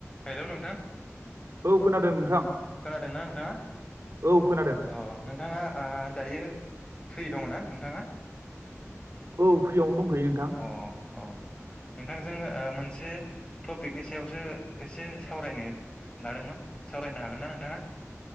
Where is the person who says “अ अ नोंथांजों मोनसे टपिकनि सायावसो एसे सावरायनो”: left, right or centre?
Left